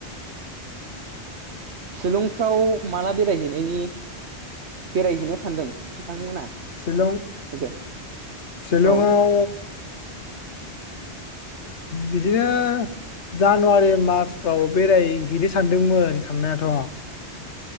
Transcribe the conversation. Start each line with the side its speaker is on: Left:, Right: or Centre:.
Right: शिलंफ्राव माला बेरायहैनायनि, बेरायहैनो सानदों? नोंथांमोना
Left: शिलं <inaudible>
Right: लोगो
Left: शिलंआव
Right: औ
Left: बिदिनो जानुवारि मार्चफ्राव बेरायहैनो सानदोंमोन साननायाथ'।